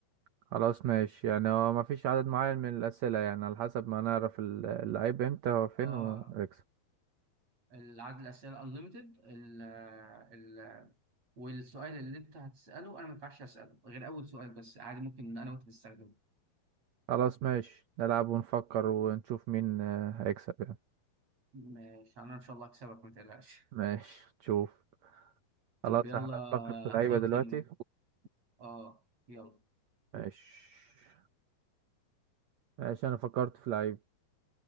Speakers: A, on the right; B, on the right.
A: خلاص ماشي يعني هو مفيش عدد معين من الأسئلة يعني على حسب ما نعرف ال- اللعيب امتى هو فين
B: اه
A: وهيكسب
B: العدد الاسئله انليمتد ال ال والسؤال اللي انت هتساله انا ما ينفعش اساله غير اول سؤال بس عادي ممكن انا وانت نستخدمه
A: خلاص ماشي نلعب ونفكر ونشوف مين آه، هيكسب يعني
B: ماشي انا ان شاء الله اكسبك ما تقلقش
A: ماشي تشوف خلاص
B: طب يلا
A: احنا هنفكر في لعيبة
B: حط
A: دلوقتي
B: في دماغك اه يلا
A: ماشي ماشي انا فكرت في لعيب